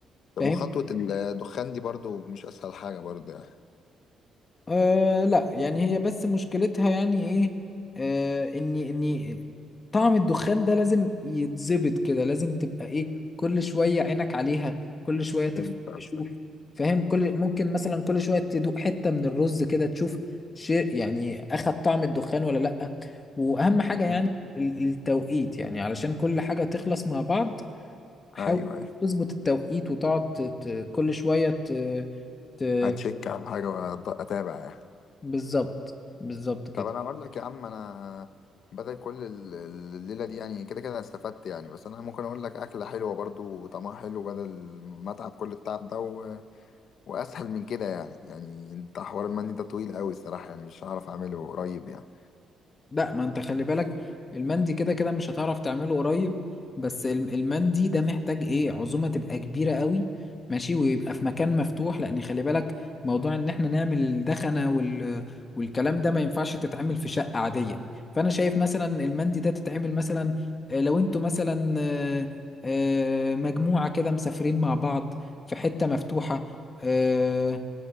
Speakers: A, on the left (about 65°); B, on the left (about 30°).
A: طب
B: فاهم؟
A: وخطوة الدخان دي برضو مش أسهل حاجة برضو يعني <laughs>
B: أه لا يعني هي بس مشكلتها يعني ايه أه اني اني طعم الدخان ده لازم يتظبط كده لازم تبقى ايه كل شوية عينك عليها كل شوية تف-
A: فهمت قصدك.
B: تشوف فاهم كل ممكن مثلا كل شوية تدوق حتة من الرز كده تشوف شيء يعني اخد طعم الدخان ولا لا واهم حاجة يعني
A: مم.
B: ال- التوقيت يعني علشان كل حاجة تخلص مع بعض حاول
A: أيوه أيوه
B: تظبط التوقيت وتقعد ت- ت- كل شوية ت- ت-
A: هتشيك على حاجة وأتابع يعني
B: بالظبط بالظبط كده
A: طب أنا أقول لك يا عم أنا بدل كل ال- الليلة دي يعني كده كده أنا استفدت يعني بس أنا ممكن أقول لك أكلة حلوة برضو وطعمها حلو بدل ما أتعب كل التعب ده و... وأسهل من كده يعني يعني أنت حوار المندي ده طويل أوي الصراحة يعني مش هعرف أعمله قريب يعني
B: لا ما انت خلي بالك المندي كده كده مش هتعرف تعمله قريب بس الم- المندي ده محتاج ايه عزومة تبقى كبيرة قوي ماشي ويبقى في مكان مفتوح لان خلي بالك موضوع ان احنا نعمل الدخنة وال... والكلام ده ما ينفعش تتعمل في شقة عادية فانا شايف مثلا المندي ده تتعمل مثلا آه، لو انتوا مثلا آه، آه، مجموعة كده مسافرين مع بعض في حتة مفتوحة آه،